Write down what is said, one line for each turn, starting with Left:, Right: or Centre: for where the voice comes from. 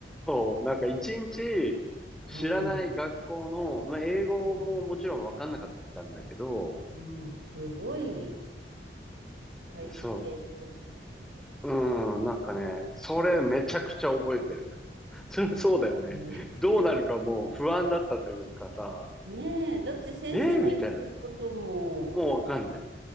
Centre: そう、なんか一日知らない学校の、
Right: うん。う
Centre: まあ、英語ももちろんわかんなかったんだけど、
Right: ん。うんすごい体験してますね。
Centre: そう、うん、なんかね、それめちゃくちゃ覚えてる。<laughs> それはそうだよね。
Right: ええ
Centre: どうなるかもう不安だったというかさ、
Right: ねえ、だって先生の言ってることも、
Centre: えー、みたいな。もうわかんない。